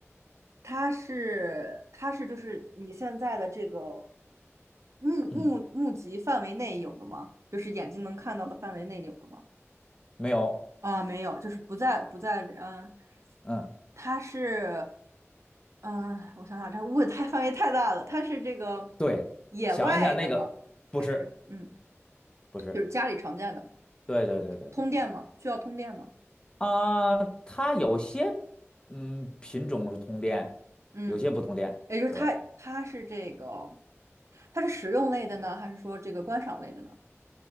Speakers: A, on the right; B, on the left.
A: 它是它是就是你现在的这个目目目及范围内有的吗？
B: 嗯，
A: 就是眼睛能看到的范围内有的吗？
B: 没有。
A: 啊，没有，就是不在不在，嗯，
B: 嗯，
A: 它是，嗯，我想想，这问太范围太大了，它是这个
B: 对，
A: 野外的吗？
B: 想一下那个，不是
A: 还是嗯，
B: 不是，
A: 就是家里常见的
B: 对对对对对对。
A: 通电吗？需要通电吗？
B: 啊、它有些嗯品种是通电，
A: 嗯，
B: 有些不通电。
A: 也就是它它是这个，
B: 对，
A: 它是食用类的呢，还是说这个观赏类的呢？